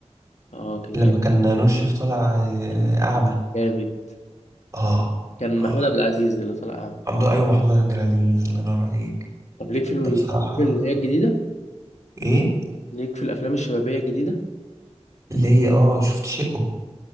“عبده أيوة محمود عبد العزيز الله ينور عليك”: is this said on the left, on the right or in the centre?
Right